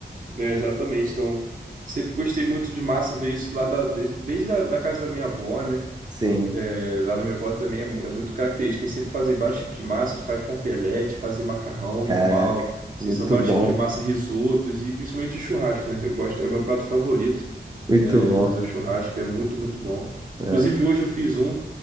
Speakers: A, on the right; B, on the right.
A: É, exatamente. Então, sempre gostei muito de massa, ver isso lá da, desde, desde a, da casa da minha avó, né?
B: Sim,
A: É, lá na minha avó também é, mu- é muito característica. Eles sempre fazem vários tipos de massa. Eles fazem capelete, fazem macarrão
B: caraca,
A: normal. Assim,
B: muito
A: são vários
B: bom,
A: tipos de massa, risotos e principalmente o churrasco, né? Eu gosto, é o meu prato favorito,
B: muito
A: né?
B: bom.
A: Fazer o churrasco é muito, muito bom.
B: É.
A: Inclusive hoje eu fiz um,